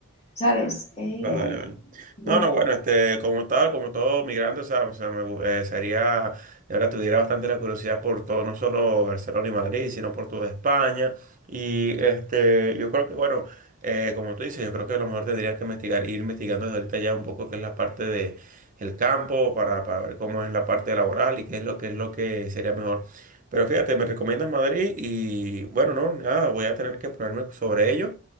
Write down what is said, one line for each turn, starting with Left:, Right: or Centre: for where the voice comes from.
Left: ¿sabes? Eh,
Right: Vale, vale.
Left: bueno.
Right: No, no, bueno, este, como tal, como todo migrante, o sea, o sea, me gu- eh, sería, de verdad, tuviera bastante la curiosidad por todo, no solo Barcelona y Madrid, sino por toda España. Y este, yo creo que, bueno, eh, como tú dices, yo creo que a lo mejor tendrías que investigar, ir investigando desde ahorita ya un poco qué es la parte de el campo para, para ver cómo es la parte laboral y qué es lo que es lo que sería mejor. Pero fíjate, me recomiendas Madrid y bueno, no, nada, voy a tener que ponerme sobre ello